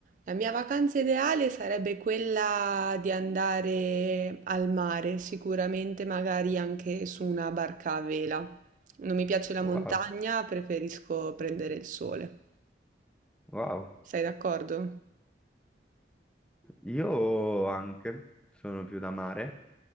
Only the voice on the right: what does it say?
La mia vacanza ideale sarebbe quella di andare al mare, sicuramente magari anche su una barca a vela. Non mi piace la
montagna, preferisco prendere il sole.
Sei d'accordo?